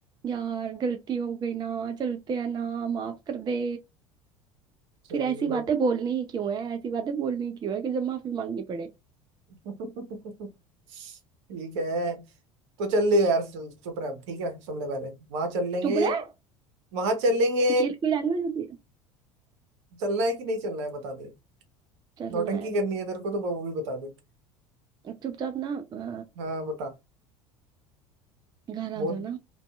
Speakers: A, on the right; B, on the right.
A: यार गलती हो गई ना चलते हैं ना माफ कर दे
B: चलो
A: फिर ऐसी बातें बोलनी ही क्यों है ऐसी बातें बोलनी ही क्यों है कि जब माफी मांगनी पड़े
B: ठीक है तो चल ले यार चल- चुप रह अब, ठीक है सुन ले पहले वहां चल लेंगे
A: चुप रहा है
B: वहां चल लेंगे
A: ये कोई लैंग्वेज होती है
B: चलना है कि नहीं चलना है बता दे
A: चलना
B: नौटंकी
A: है
B: करनी है तेरे को तो वो भी बता दे
A: चुपचाप ना अ,
B: हाँ बता
A: घर
B: बहुत
A: आ जाना